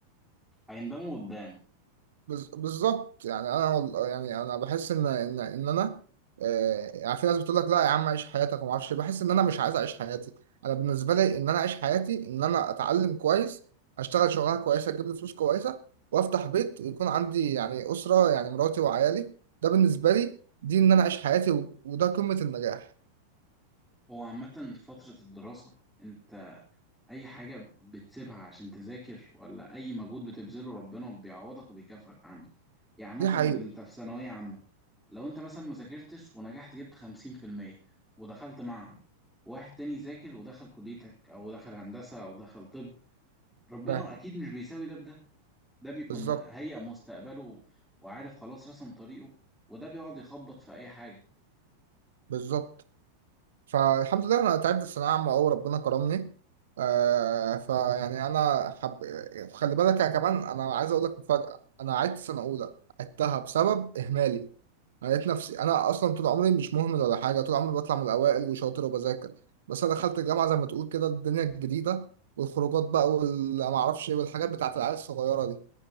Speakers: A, in the centre; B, on the right.
A: هيندموا قدام
B: بز- بالظبط يعني انا وال- يعني انا بحس ان ان ان انا آه، يعني في ناس بتقول لك لا يا عم عيش حياتك وما اعرفش إيه. بحس ان انا مش عايز اعيش حياتي انا بالنسبه لي ان انا اعيش حياتي ان انا اتعلم كويس اشتغل شغلانه كويسه تجيب لي فلوس كويسه وافتح بيت يكون عندي يعني اسره يعني مراتي وعيالي ده بالنسبه لي دي ان انا اعيش حياتي و- وده قمه النجاح
A: هو عامة فترة الدراسة انت اي حاجة بتسيبها عشان تذاكر ولا اي مجهود بتبذله ربنا بيعوضك وبيكافئك عنه يعني مثلا
B: دي حقيقه
A: انت في ثانوية عامة لو انت مثلا ما ذاكرتش ونجحت جبت خمسين في المية ودخلت معهد واحد تاني ذاكر ودخل كليتك او دخل هندسة او دخل طب ربنا
B: فاهم
A: اكيد مش بيساوي ده بده ده بيكون
B: بالظبط
A: هيئ مستقبله وعارف خلاص رسم طريقه وده بيقعد يخبط في اي حاجة
B: بالظبط فالحمد لله انا تعبت في ثانويه عامه أوي ربنا كرمني آه فيعني انا حب خلي بالك يا كمان انا عايز اقول لك مفاجاه انا عدت سنه اولى عدتها بسبب اهمالي أنا لقيت نفسي انا اصلا طول عمري مش مهمل ولا حاجه طول عمري بطلع من الاوائل وشاطر وبذاكر بس انا دخلت الجامعه زي ما تقول كده الدنيا الجديده والخروجات بقى وما اعرفش ايه والحاجات بتاعت العيال الصغيره دي